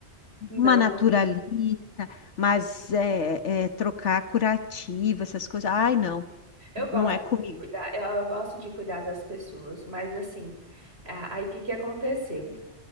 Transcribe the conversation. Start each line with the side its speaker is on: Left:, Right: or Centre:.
Right: Não,
Left: uma naturalista, mas é, é, trocar curativa, essas coisas. Ai, não,
Right: Eu
Left: não
Right: gosto
Left: é
Right: assim,
Left: comigo.
Right: de cuidar, eu, eu gosto de cuidar das pessoas, mas assim, a- aí o que que aconteceu?